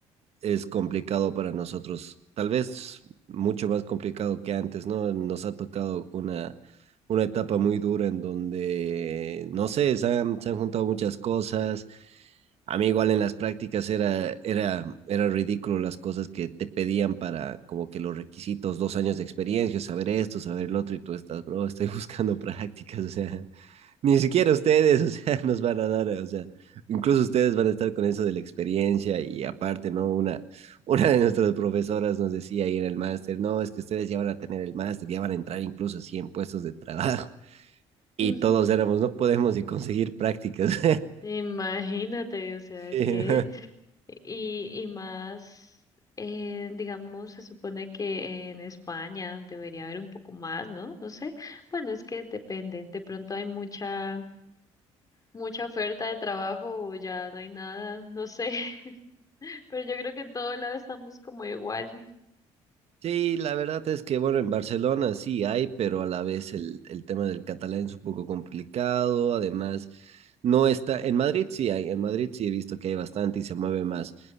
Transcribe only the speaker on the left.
Mm.
Imagínate, o sea, es
que Y, y más, eh, digamos, se supone que en España debería haber un poco más, ¿no? No sé. Bueno, es que depende. De pronto hay mucha, mucha oferta de trabajo o ya no hay nada, no sé. <laughs> Pero yo creo que en todo lado estamos como igual.